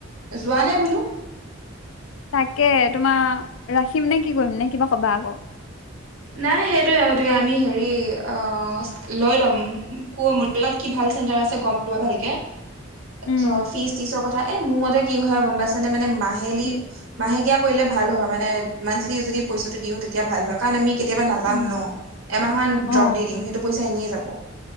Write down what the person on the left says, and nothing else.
তাকে তোমাৰ ৰাখিম নে কি কৰিম নে কিবা ক'বা আকৌ।
উম
কি
উম
অ